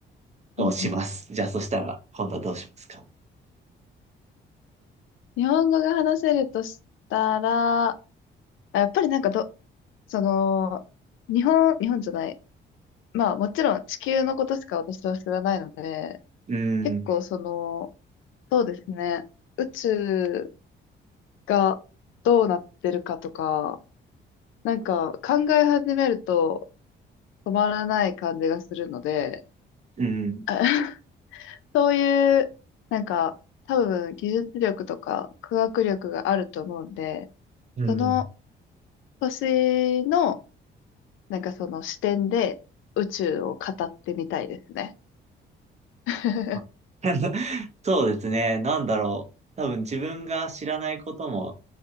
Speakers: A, on the right; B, on the left.
A: をします。
B: うんうん。
A: じゃあそしたら、今度はどうしますか
B: 日本語が話せるとしたら、やっぱりなんかど、その、日本、日本じゃない。まあもちろん地球のことしか私は知らないので、
A: うーん、
B: 結構その、そうですね。宇宙がどうなってるかとか、なんか考え始めると止まらない感じがするので、
A: うん。
B: <laughs> そういう、なんか多分技術力とか科学力があると思うんで、
A: うん。
B: その年の、なんかその視点で宇宙を語ってみたいですね。<laughs>
A: あ <laughs> そうですね。なんだろう。多分自分が知らないことも